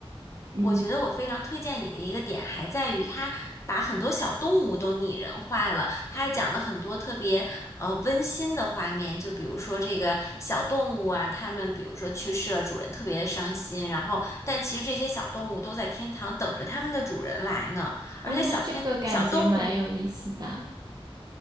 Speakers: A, on the right; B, on the left.
A: 嗯，
B: 我觉得我非常推荐你的一个点，还在于他把很多小动物都拟人化了，他还讲了很多特别呃温馨的画面，就比如说这个小动物啊，它们比如说去世了，主人特别的伤心，然后但其实这些小动物都在天堂等着它们的主人来呢，而且小天小动物。
A: 啊，那这个感觉蛮有意思的，